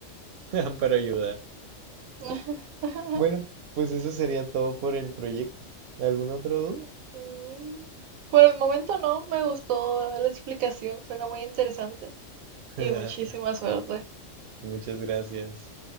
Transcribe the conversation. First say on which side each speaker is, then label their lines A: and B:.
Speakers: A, on the right; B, on the right.
A: <laughs> para ayudar.
B: <laughs>
A: Bueno, pues eso sería todo por el proyecto. ¿Alguna otra duda?
B: Mm, Por el momento no, me gustó la explicación, suena muy interesante y
A: <laughs>
B: muchísima suerte.
A: Muchas gracias.